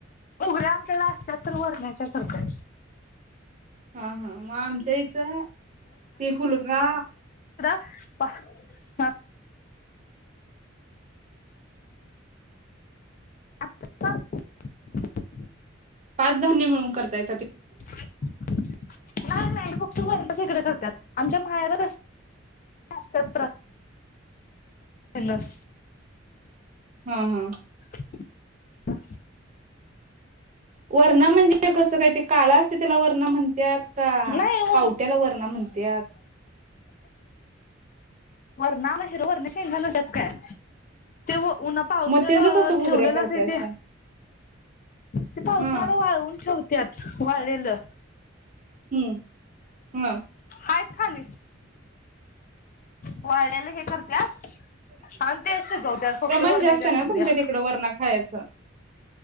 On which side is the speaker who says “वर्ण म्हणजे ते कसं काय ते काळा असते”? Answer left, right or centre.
Right